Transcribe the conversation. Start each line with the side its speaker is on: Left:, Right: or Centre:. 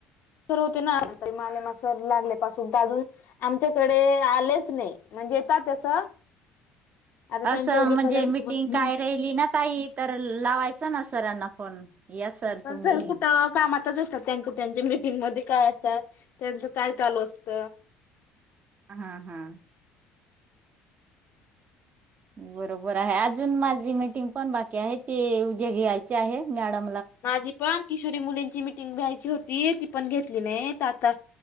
Left: सर होते ना माले मासर लागल्या पासून तर अजून आमच्याकडे आलेच नाय. म्हणजे येतात तसं
Right: <inaudible>
Left: आता
Right: असं
Left: त्यांच्या ऑडिटवाल्यांसोबत
Right: म्हणजे मीटिंग काय राहिली ना ताई तर लावायचं ना सरांना फोन या
Left: पण
Right: तुम्ही
Left: सर कुठं कामातच असतात त्यां त्यांच्या मीटिंगमध्ये काय असत्यात. त्यांचं काय चालू असत.
Right: हा हा बरोबर आहे. अजून माझी मीटिंग पण बाकी आहे. ते उद्या घ्यायचे आहे. मॅडम
Left: माझी पण किशोरी मुलींची मिटिंग भ्यायची होती. ती पण घेतली नाय. आता